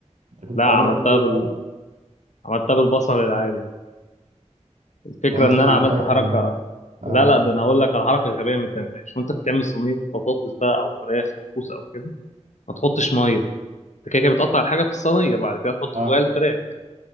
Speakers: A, on the right (about 85°); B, on the left (about 80°).
A: انت كنت
B: لا عملتها
A: اقول لك ليه
B: بال...
A: بقى
B: عملتها بالبصل العادي الفكره
A: وانت
B: ان
A: خلي
B: انا عملت
A: بالك
B: حركه
A: ان
B: لا
A: اه
B: لا ده انا هقول لك على حركه غبيه ما تعملهاش وانت بتعمل صينيه بطاطس بقى او فراخ او كوسه او كده ما تحطش ميه انت كده كده بتقطع الحاجه في الصينيه بعد كده تحط
A: اه
B: فوقها الفراخ